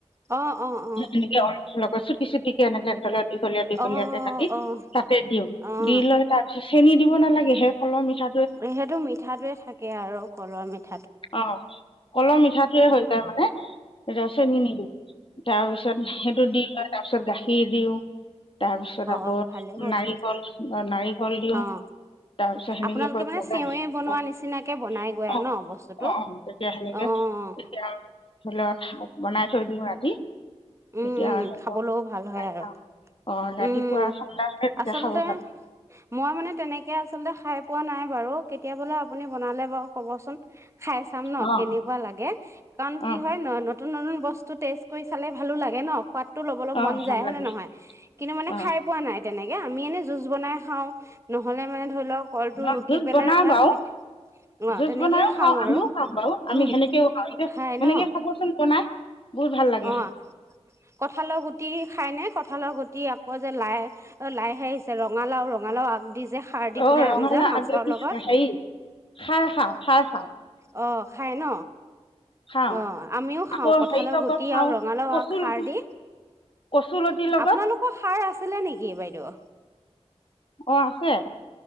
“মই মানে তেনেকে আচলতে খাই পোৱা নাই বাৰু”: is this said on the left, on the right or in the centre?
Right